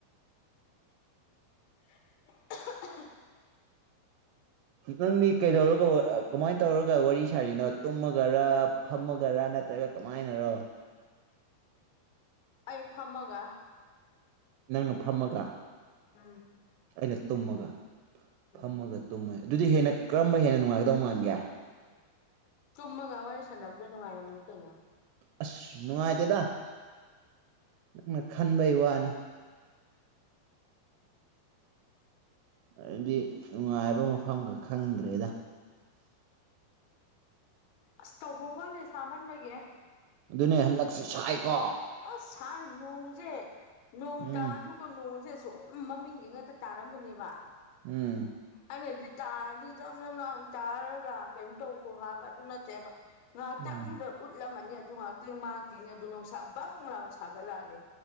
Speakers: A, on the left; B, on the right.
A: <inaudible>
B: ꯇꯪꯗꯤ ꯀꯩꯗꯧꯔꯒ ꯀꯃꯥꯏꯅ ꯇꯧꯔꯒ ꯋꯥꯔꯤ ꯁꯥꯔꯤꯅꯣ ꯇꯨꯝꯃꯒꯔ ꯐꯝꯃꯒꯔꯅ ꯅꯠꯇ꯭ꯔꯒ ꯀꯃꯥꯏꯅꯔꯣ
A: ꯑꯩ ꯐꯝꯃꯒ
B: ꯅꯪꯅ ꯐꯝꯃꯒ
A: ꯎꯝ
B: ꯑꯩꯅ ꯇꯨꯝꯃꯒ
A: ꯎꯝ
B: ꯐꯝꯃꯒ ꯇꯨꯝꯃ ꯑꯗꯨꯗꯤ ꯍꯦꯟꯅ ꯀꯔꯝꯕ ꯍꯦꯟꯅ ꯅꯨꯡꯉꯥꯏꯒꯗꯧ ꯃꯥꯟꯒꯦ
A: ꯆꯨꯝꯃꯒ ꯋꯥꯔꯤ ꯁꯥꯟꯅꯕꯗꯣ ꯅꯨꯡꯉꯥꯏꯔꯝꯅꯤ ꯀꯩꯅꯣ
B: ꯑꯁ ꯅꯨꯡꯉꯥꯏꯇꯦꯗ ꯅꯪꯅ ꯈꯟꯕꯩ ꯋꯥꯅꯤ ꯍꯥꯏꯗꯤ ꯅꯨꯡꯉꯥꯏꯕ ꯃꯐꯝ ꯈꯛ ꯈꯪꯗ꯭ꯔꯦꯗ
A: ꯑꯁ ꯇꯧꯐꯝꯣꯡ ꯈꯣꯟꯁꯦ ꯁꯥꯃꯟꯕꯒꯦ
B: ꯑꯗꯨꯅꯦ ꯍꯟꯗꯛꯁꯦ ꯁꯥꯏꯀꯣ
A: ꯑꯁ ꯁꯥꯏ ꯅꯣꯡꯁꯦ ꯅꯣꯡ
B: ꯎꯝ
A: ꯇꯥꯔꯁꯨꯀꯣ ꯅꯣꯡꯁꯦ ꯁꯨꯝ ꯃꯃꯤꯡꯒꯤ ꯉꯥꯛꯇ ꯇꯥꯔꯝꯒꯅꯦꯕ
B: ꯎꯝ
A: ꯑꯩꯅꯗꯤ ꯇꯥꯔꯗꯤ ꯌꯥꯝꯖꯝ ꯂ ꯇꯥꯔꯒ ꯀꯩꯅꯣ ꯇꯧꯈꯣ ꯍꯥꯏꯕ ꯑꯗꯨ ꯅꯠꯇꯦꯕ ꯉꯥꯏꯍꯥꯛꯇꯪꯗ
B: ꯎꯝ
A: ꯎꯠꯂꯝꯃꯅꯤ ꯑꯗꯨ ꯉꯥꯏꯍꯥꯛꯇꯪ ꯃꯥꯡꯈꯤꯅꯤ ꯑꯗꯨ ꯅꯨꯡꯁꯥ ꯕꯪ ꯂꯥꯎꯅ ꯁꯥꯒꯠꯂꯛꯑꯅꯤ